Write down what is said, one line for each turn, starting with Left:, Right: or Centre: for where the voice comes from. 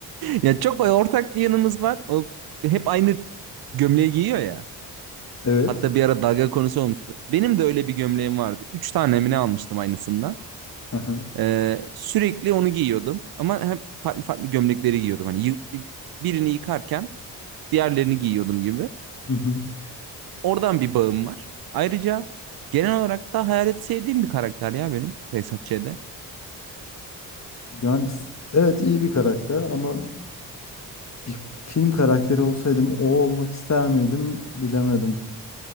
Right: Ya çok ortak bir yanımız var. O hep aynı gömleği giyiyor ya.
Left: Evet.
Right: Hatta bir ara dalga konusu olmuştu. Benim de öyle bir gömleğim vardı. Üç tane mi ne almıştım aynısından.
Left: Aha.
Right: Ee, sürekli onu giyiyordum. Ama hep farklı farklı gömlekleri giyiyordum. Hani yı- birini yıkarken diğerlerini giyiyordum gibi.
Left: <laughs>
Right: Oradan bir bağım var. Ayrıca genel olarak da Hayalet sevdiğim bir karakter ya benim Behzat Ç'de.
Left: Yani s- evet iyi bir karakter ama bir film karakteri olsaydım o olmak ister miydim bilemedim.